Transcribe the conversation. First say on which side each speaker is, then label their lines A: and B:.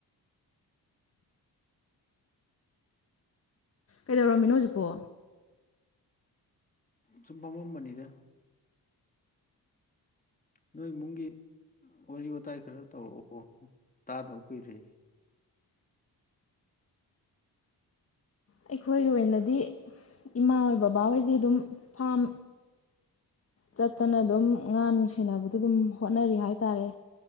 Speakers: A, on the left; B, on the left.
A: ꯀꯩꯗꯧꯔꯝꯃꯤꯅꯣ ꯍꯧꯖꯤꯛꯄꯣ
B: ꯁꯨꯃ ꯐꯝꯃꯝꯕꯅꯤꯗ ꯅꯣꯏ ꯏꯃꯨꯡꯒꯤ ꯋꯥꯔꯤ ꯋꯥꯇꯥꯏ ꯈꯔ ꯇꯧꯔꯛꯑꯣ ꯇꯥꯗꯕ ꯀꯨꯏꯔꯦ
A: ꯑꯩꯈꯣꯏꯒꯤ ꯑꯣꯏꯅꯗꯤ ꯏꯃꯥ ꯍꯣꯏ ꯕꯕꯥꯍꯣꯏꯗꯤ ꯑꯗꯨꯝ ꯐꯥꯝ ꯆꯠꯇꯅ ꯑꯗꯨꯝ ꯉꯥ ꯅꯨꯡ ꯁꯦꯅꯕꯗꯣ ꯑꯗꯨꯝ ꯍꯣꯠꯅꯔꯤ ꯍꯥꯏ ꯇꯥꯔꯦ